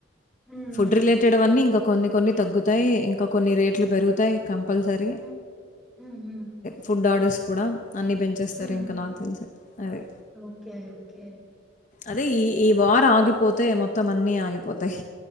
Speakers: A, in the centre; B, on the left.
A: హ్మ్.
B: ఫుడ్ రిలేటెడ్ వన్నీ ఇంకొ కొన్ని కొన్ని తగ్గుతాయి ఇంకా కొన్ని రేట్లు పెరుగుతాయి కంపల్సరీ
A: హ్మ్. హ్మ్. హ్మ్. హ్మ్. హ్మ్.
B: ఫుడ్ డాడర్స్ కూడా అన్నీ పెంచేస్తారు
A: హ్మ్.
B: ఇంకా నాకు తెలిసి అదే
A: ఓకే. ఓకే.
B: అదే ఈ ఈ వార్ ఆగిపోతే మొత్తం అన్నీ ఆగిపోతాయి